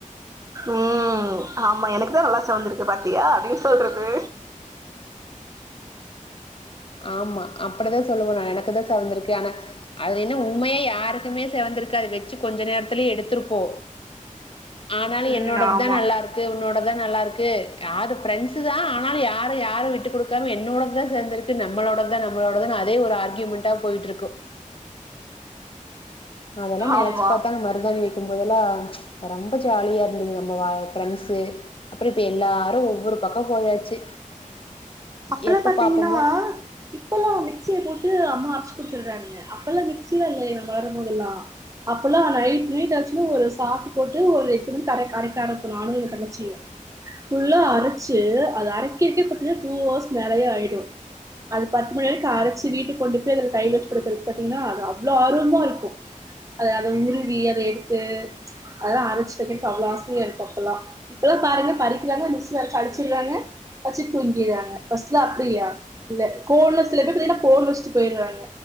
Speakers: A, on the right (about 25°); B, on the left (about 40°).
A: உம் ஆமா எனக்குதா நல்லா செவந்திருக்கு பாத்தியா அப்படினு சொல்றது
B: ஆமா அப்படி தான் சொல்லுவோ நா எனக்கு தா செவர்ந்திருக்கு ஆனா அதுல என்ன உண்மையா யாருக்குமே செவந்திருக்காது வச்சு கொஞ்ச நேரத்துலயே எடுத்திருப்போ ஆனாலு
A: ம்
B: என்னோட
A: ஆமா
B: தா நல்லா இருக்கு உன்னோட தா நல்லா இருக்கு யாரு பிரெண்ட்ஸ் தா ஆனாலு யாரு யாரு விட்டு கொடுக்காம என்னோடதா செவந்திருக்கு இது நம்மளோட தா நம்மளோட தா அதே ஒரு ஆர்கயுமெண்டா போயிட்டுருக்கு அதெல்லா நனச்சு
A: ஆமா
B: பாத்தாங்க மருதாணி வக்கும்போதெல்லா ப ரொம்ப ஜாலியா இருந்தது நம்ம வ ப்ரெண்ட்ஸு அப்றோ இப்ப எல்லாரு ஒவ்வொரு பக்கோ போயாச்சு
A: அப்பல்லா
B: எப்ப
A: பாத்தீங்கன்னா
B: பாப்போமோ
A: இப்பல்லா மிக்சிய போட்டு அம்மா அரச்சு <unintelligible> அப்பலா மிக்ஸில இல்ல நம்ம வரும்போதெல்லா நைட் கிட் ஆச்சுன்னா சாப்டு போட்டு ஒரு எட்டு மணிக்கு அரைக் அரைக்க நானு எங்க தங்கச்சியு புல்லா அரைச்சு அத அறைக்கிறக்கே பாத்தின்னா டூ ஹவர்ஸ் மேலயே ஆயிடு அது பத்து மணி வரைக்கு அரச்சு வீட்டு கொண்டு போய் அதுல கை வச்சு படுக்கறதுக்கு பாத்தீங்கன்னா அது அவ்ளோ ஆர்வமா இருக்கு அத அத உருவி அத எடுத்து அதெல்லா அரச்சு வக்க அவ்ளோ ஆசையா இருக்கு அப்பல்லா இப்பல்லா பாருங்க பறிக்கிறாங்க மிக்ஸில வச்சு அடிச்சடுறாங்க வச்சு தூங்கி செய்றாங்க ஃபஸ்ட்ல அப்டியா இல்ல கோன்ல சில பேர் பாத்தீங்கன்னா கோன் வச்சிட்டு போய்றாங்க